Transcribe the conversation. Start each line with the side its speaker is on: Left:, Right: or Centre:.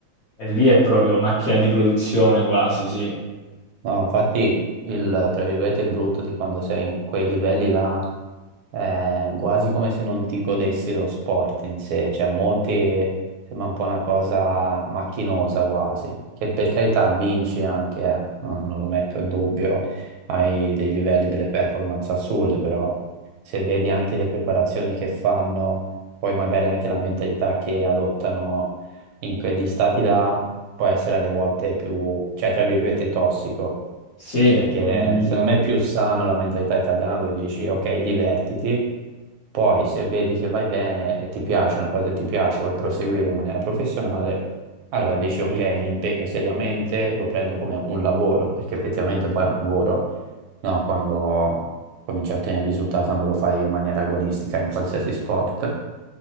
Left: e lì è proprio macchina di produzione quasi, sì.
Right: No, infatti il, tra virgolette, brutto di quando sei in quei livelli là è quasi come se non ti godessi lo sport in sé, cioè molti sembra un po' una cosa macchinosa quasi, che per carità vinci anche, eh, Non, non lo metto in dubbio, hai dei livelli, delle performance assurde, però se vedi anche le preparazioni che fanno, poi magari anche la mentalità che adottano in quegli stati là può essere alle volte più, cioè, tra virgolette, tossico,
Left: Sì,
Right: perché
Left: condivido.
Right: secondo me è più sano la mentalità italiana dove dici, ok, divertiti, poi se vedi che vai bene e ti piace una cosa che ti piace, vuoi proseguire in maniera professionale, allora dici, ok,
Left: sì.
Right: mi impegno seriamente, lo prendo come un lavoro, perché effettivamente poi è un lavoro, no? Quando cominci a ottenere risultati, quando lo fai in maniera agonistica in qualsiasi sport.